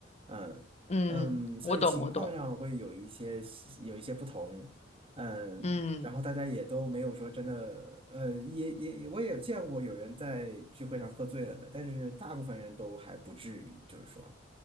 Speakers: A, on the right (about 30°); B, on the left (about 35°).
A: 嗯、
B: 嗯，
A: 嗯，所以情况上会有一些有一些不同，
B: 我懂我懂，
A: 嗯，
B: 嗯
A: 然后大家也都没有说真的，呃，也也我也有见过有人在聚会上喝醉了的，但是大部分人都还不至于，就是说，